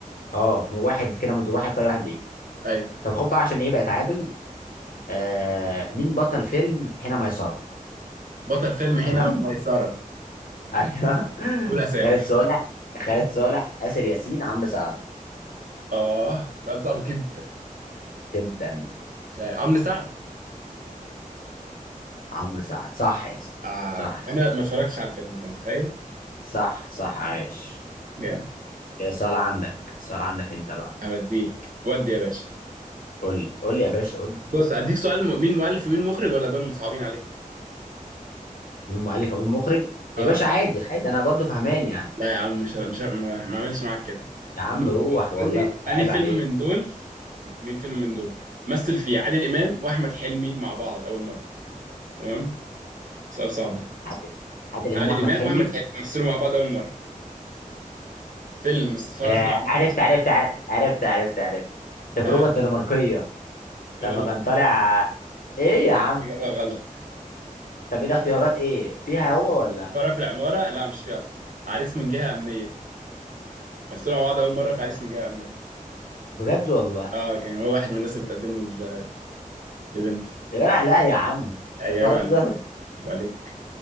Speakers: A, on the left; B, on the right.
A: اه في واحد كده من واحد فرق واحد ليه
B: ايوه
A: طب خد بقى عشان ايه بقى اتعادل آه مين بطل فيلم حين ميسرة
B: بطل فيلم هنا
A: تمام
B: ميسره
A: <laughs> ايوه
B: قول اسامي
A: خالد صالح خالد صالح آسر ياسين عمرو سعد
B: اه سؤال صعب جدا
A: جدا
B: ف- عمرو سعد
A: عمرو سعد صح يا اسطى
B: آه
A: صح
B: انا ما اتفرجتش على الفيلم انت متخيل
A: صح صح عايش
B: جامد
A: يا سؤال عندك سؤال عندك انت بقى
B: هوديك ودي يا باشا
A: قول لي قول لي يا باشا قول لي
B: بص اديك سؤال م... مين مؤلف ومين مخرج ولا دول صعبين عليك
A: من ام الف ام مخرج
B: اه
A: يا باشا عادي عادي انا برضو فهمان يعني
B: لا يا عم مش ه- مش ه- ما ما اعملش معاك كده
A: يا عم
B: مين
A: روح
B: بص،
A: والله
B: قول لي انهي
A: عيب
B: فيلم
A: عليك
B: من دول مين فيلم من دول مثل فيه عادل امام واحمد حلمي مع بعض اول مره تمام سؤال صعب ده
A: عادل عادل امام
B: عادل
A: واحمد
B: امام
A: حلمي
B: واحمد حلمي مثلوا مع بعض اول مره فيلم السفاره
A: آه
B: في العماره
A: عرفت عرفت عر- عرفت عرفت عرفت التجربه
B: آه
A: الدنماركيه لما
B: غلط
A: كان طالع ايه يا عم
B: اجابه غلط
A: طب ايه الاختيارات ايه فيها هو ولا
B: فرع في العمارة لا مش فيه أصلا عريس من جهة أمنية بس طلعوا مع بعض أول مرة في عريس من جهة أمنية
A: بجد والله
B: أه كان هو واحد من الناس اللي بتقدمه ل- لبنته
A: يا جدع لا يا عم
B: أيوة
A: انت بتهزر
B: عيب عليك عيب عليك